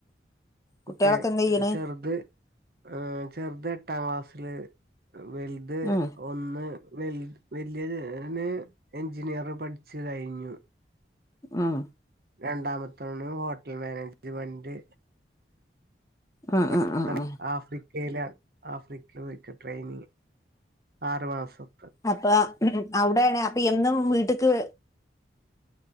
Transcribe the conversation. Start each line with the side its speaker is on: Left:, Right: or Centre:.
Left: കുട്ടികളൊക്കെ
Right: കുട്ടിയ
Left: എന്ത് ചെയ്യണ്
Right: ചെറുത് ഏ ചെറുത് എട്ടാം ക്ലാസില് വലുത്-
Left: ഉം
Right: ഒന്ന് വലിയവന് എഞ്ചിനീയർ പഠിച്ചു കഴിഞ്ഞു
Left: ഹും
Right: രണ്ടാമത്തോന് ഹോട്ടൽ മാനേജ്മെന്റ്
Left: ഉം
Right: <inaudible>
Left: ഉം ഉം ഉം
Right: ആഫ്രി ക്കെയ്‌ല ആഫ്രിക്കയില് നിക്ക ട്രെയിനിങ് ആറു മാസം
Left: അപ്പ അവിടെയാണ് അപ്പൊ എന്നും വീട്ടക്ക്